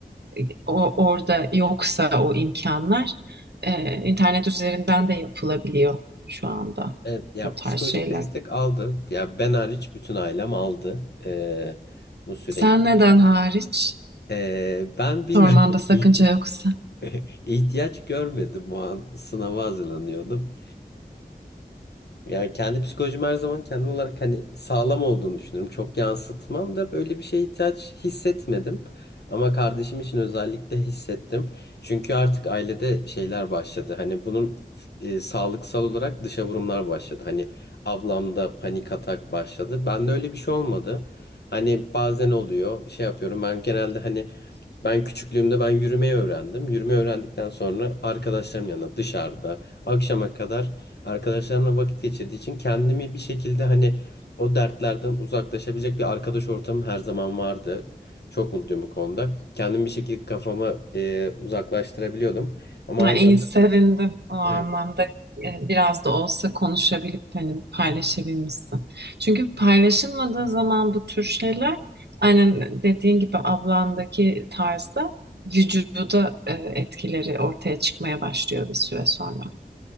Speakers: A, on the right (about 80°); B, on the left (about 80°).
A: e, o, orada yoksa o imkanlar e, internet üzerinden de yapılabiliyor şu anda
B: Evet, ya
A: o tarz
B: psikolojik
A: şeyler.
B: destek aldı. Ya ben hariç bütün ailem aldı eee, bu süreç.
A: Sen neden hariç?
B: Eee, ben bilmiyorum
A: Sormanda
B: <laughs>
A: sakınca
B: İhti-
A: yoksa.
B: <laughs> ihtiyaç görmedim o an sınava hazırlanıyordum. Yani kendi psikolojim her zaman kendim olarak hani sağlam olduğunu düşünüyorum. Çok yansıtmam da böyle bir şeye ihtiyaç hissetmedim. Ama kardeşim için özellikle hissettim. Çünkü artık ailede şeyler başladı. Hani bunun e, sağlıksal olarak dışa vurumlar başladı. Hani ablamda panik atak başladı. Bende öyle bir şey olmadı. Hani bazen oluyor şey yapıyorum ben genelde hani ben küçüklüğümde ben yürümeyi öğrendim. Yürümeyi öğrendikten sonra arkadaşlarım yanında dışarıda akşama kadar Arkadaşlarımla vakit geçirdiği için kendimi bir şekilde hani o dertlerden uzaklaşabilecek bir arkadaş ortamım her zaman vardı. Çok mutluyum bu konuda. Kendimi bir şekilde kafamı e, uzaklaştırabiliyordum. Ama
A: Ha,
B: ailem
A: iyi sevindim o anlamda
B: evet
A: e, biraz da olsa konuşabilip hani paylaşabilmişsin. Çünkü paylaşılmadığı zaman bu tür şeyler aynen dediğin gibi ablandaki tarzda vücuda e, etkileri ortaya çıkmaya başlıyor bir süre sonra.